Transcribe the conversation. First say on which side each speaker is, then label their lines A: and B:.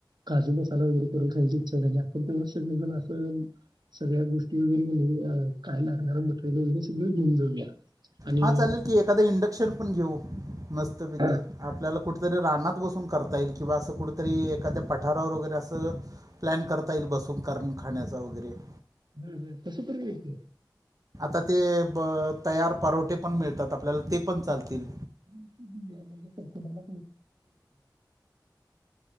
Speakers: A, on the right (about 75°); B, on the right (about 50°).
A: काजू मसाला वगैरे करून खायची इच्छा झाली आपण तेव्हा सगळेजण असं सगळ्या गोष्टी वगैरे को काय लागणारं मटेरियल वगैरे सगळं घेऊन जाऊया आणि
B: हा चालेल की एखादा इंडक्शन पण घेऊ मस्त ै
A: हा
B: आपल्याला कुठेतरी राह बसून करता येईल किंवा असं कुठेतरी एखाद्या पठारावर वगैरे असं प्लॅन करता येईल बसून कर खाण्याचा वगैरे
A: ह ह तसं तरच
B: आता ते ब तयार परवठे पण मिळतात आपल्याला ते पण चालतील
A: म्हणजेणाला आपट खपाला